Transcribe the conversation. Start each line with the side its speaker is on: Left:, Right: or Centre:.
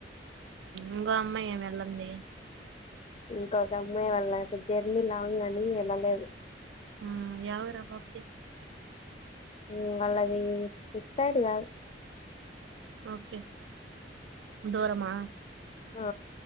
Right: ఇంకో అమ్మాయి ఏమి వెళ్ళంది?
Left: ఇంకొక అమ్మాయి వాళ్ళ జర్నీ లాంగ్ ని వెళ్ళలేదు.
Right: ఉమ్ యా ఊరు ఆ పాపది
Left: ఉమ్ వాళ్ళది ఇటుసైడ్ కాదు
Right: ఓకే దూరమా
Left: ఆ